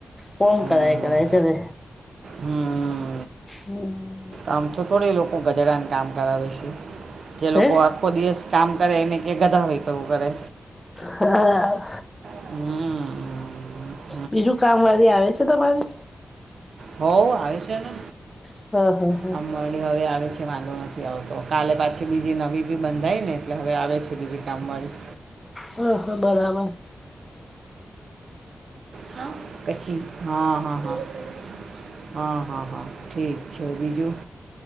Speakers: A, on the left (about 20°); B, on the right (about 75°).
A: કોમ
B: હમ
A: કરાય
B: હમ
A: કરાય કરે.
B: હમ
A: હમ
B: આમ તો થોડી એ લોકો ગધેડાને કામ કરાવે છે જે લોકો
A: હે
B: આ આખો દિવસ કામ કરે એને કેધા ધાવ એ કરું કરે.
A: હા
B: હમ
A: બીજું કામવાળી આવે સે તમારી?
B: હોવ આવે સે ને.
A: હહ હહ
B: કામવાળી. એ હવે આવે છે વાંધો નથી આવતો. કાલે પાછી બીજી નવી બી બંધાય ને એટલે હવે આવે છે બીજી કામવાળી.
A: હહ હહ બરાબર.
B: હહ પસી હહ હહ હહ હહ. હા હા હા ઠીક છે બીજું?